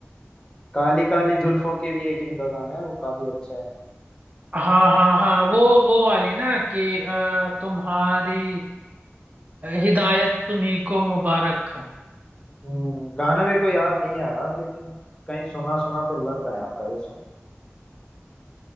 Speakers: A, on the left; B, on the right.
A: काली काली जुल्फों के भी एक इनका गाना है वो काफी अच्छा है
B: हाँ हाँ हाँ वो वो वाली ना कि अ, तुम्हारी हिदायत तुम्ही को मुबारक
A: हम्म, गाना मेरे को याद नहीं आ रहा लेकिन कहीं सुना सुना तो लग रहा है आपका ये सॉन्ग